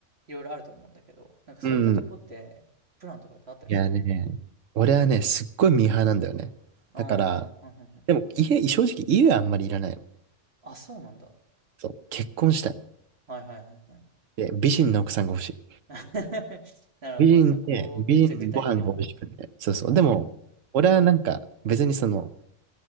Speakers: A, on the right; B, on the right.
A: いろいろあると思うんだけど、なんかそういったとこってプランとかってあったりするの
B: うん。いやね、俺はね、すっごいミーハーなんだよね。
A: あ
B: だから、
A: あー、はいはいはい。
B: でも家、正直家はあんまりいらないの。
A: あ、そうなんだ。
B: そう。結婚したい。
A: はいはいはいはい。
B: で、美人の奥さんが欲しい。
A: <laughs> なるほどね。
B: 美人で、
A: そこめっちゃ具体的だ。
B: 美人でご飯が美味しくて。そうそう。でも、俺はなんか、別にその、